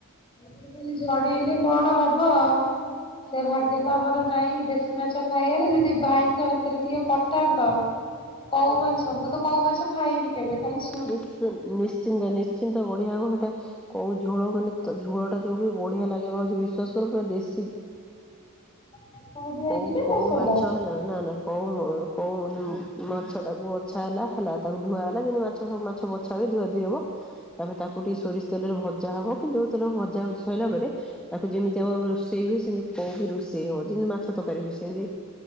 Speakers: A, on the left (about 25°); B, in the centre.
A: ଆଗରେ ଖାଲି ଜଣେଇଲେ କଣ ହବ? ସେ ଭାଗ୍ୟ ତ ଆମର ନାଇଁ ଦେଶୀ ମାଛ ଖାଇବାରେ ଯଦି ଭାଇଙ୍କ ହାତରେ ଟିକେ ପଠାନ୍ତ। କଉ ମାଛ ମୁଁ ତ କଉ ମାଛ ଖାଇନି କେବେ ଖାଲି ସ୍
B: ନି୍ଚ ନିଶ୍ଚିନ୍ତ ନି୍ଶ୍ ନିଶ୍ଚିନ୍ତ ବଢ଼ିଆ ହବ ସେଇଟା କୋଉ ଝୋଳ ମାନେ ଝୋଳ ଟା ଯୋଉ ଭଳି ବଢ଼ିଆ ଲାଗିବ ଭାଉଜ ବୀ ବିସ୍ୱାସ କର ପୁରା ଦେଶୀ
A: ବେସର ଦିଆ
B: କଉ
A: ହେଇକି ନା ମସଲା
B: କୋଉ ମାଛ ହେଲା ନା ନା କଉ କୋଉ ମାଛ ଟାକୁ ବଛା ହେଲା ହେଲା ତାକୁ ଧୁଆ ହେଲା ଯେମିତି ମାଛ ସବୁ ମାଛ ହୁଏ ଧୁଆ ଧୋଇ ହବ ତାପରେ ତାକୁ ଟିକେ ସରିଷ ତେଲରେ ଭଜା ହବ କିନ୍ତୁ ଯୋଉ ତେଲ ଭଜା ସରିଲା ପରେ ତାକୁ ଯେମିତି ଆମର ରୋଷେଇ ହୁଏ ସେମିତି କଉ ବି ରୁଷେଇ ହବ। ଯେମତି ମାଛ ତରକାରୀ ହୁଏ ସେମତି